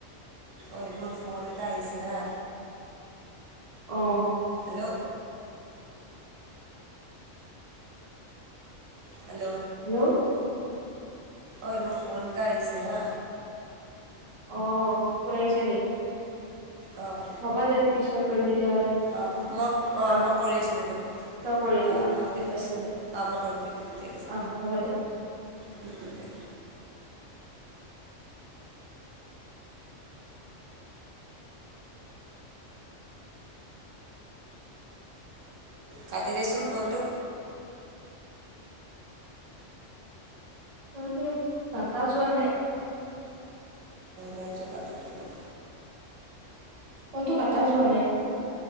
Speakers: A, on the right (about 80°); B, on the right (about 40°).
A: ঐ মোৰ ফোন এটা আহিছে হা।
B: অ
A: হেল্ল'। হেল্ল'।
B: হেল্ল'।
A: ঐ মোৰ ফোন এটা আহিছে হা।
B: অ', ফোন আহিছে নি?
A: অ'।
B: হ'ব দে পিছত কৰিম তেতিয়াহ'লে।
A: অ', মই অ',
B: আহ
A: মই কৰি আছো দে তোক।
B: তই কৰিবি
A: অ', অ',
B: ঠিক
A: দে
B: আছে
A: অ', মই কৰিম দে ঠিক আছে।
B: আহ হ'ব দে
A: উম, উম, দে। কাটি দেচোন ফোনটো।
B: ফোনটো কাটা যোৱা নাই।
A: নাই যোৱা <inaudible> কাজিৰঙা
B: ফোনটো কাটা যোৱা নাই।